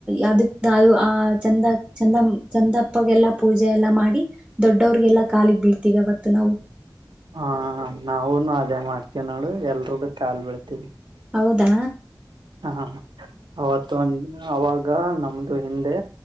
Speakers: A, on the right (about 15°); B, on the right (about 80°).
A: ಅದಕ್ ಅ ಚಂದ ಚಂದ ಚಂದಪ್ಪಗೆಲ್ಲಾ ಪೂಜೆ ಎಲ್ಲಾ ಮಾಡಿ ದೊಡ್ಡವ್ರಿಗೆಲ್ಲಾ ಕಾಲಿಗ್ ಬೀಳ್ತೀವಿ ಅವತ್ತು ನಾವು
B: ಹ ನಾವೂನು ಅದೇ ಮಾಡ್ತೀವಿ ನೋಡು ಎಲ್ರದ್ದು ಕಾಲ್ ಬೆೀಳ್ತೀವಿ
A: ಹೌದ್ದಾ
B: ಹಾ ಅವತ್ತು ಒನ್ ಅವಾಗ ಈಗ ನಮ್ದು ಹಿಂದೆ.